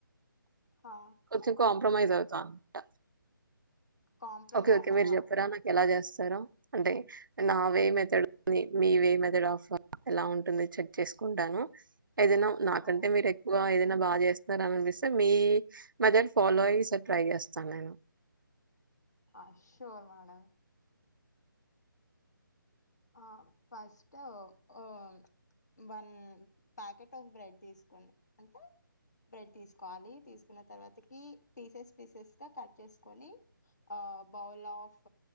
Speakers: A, on the left; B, on the right.
A: హా
B: కొంచెం కాంప్రమైజ్ అవుత అనమాట
A: కాంప్రమైజా
B: ఓకే ఓకే మీరు చెప్పరా నాకు ఎలా చేస్త స అంటే నా వే మెథడ్ మీ వే మెథడ్ ఆఫ్ ఎలా ఉంటుంది చె చేసుకుంటాను ఏదైనా నాకంటే
A: ఓ
B: మీరు ఎక్కువ ఏదైనా బాగా చేస్తార అని అనిపిస్తే మీ మెథడ్ ఫాలో అయ్యి ట్రై చేస్తాను నేను <inaudible>
A: ఆషూ ఆ మేడా ఆ first hum one packet of bread తీసుకోండి అంతే బ్రెడ్ తీసుకోవాలి తీసుకున్న తర్వాతకి పీసెస్ పీసెస్ గా కట్ చేసుకొని బౌల్ ఆఫ్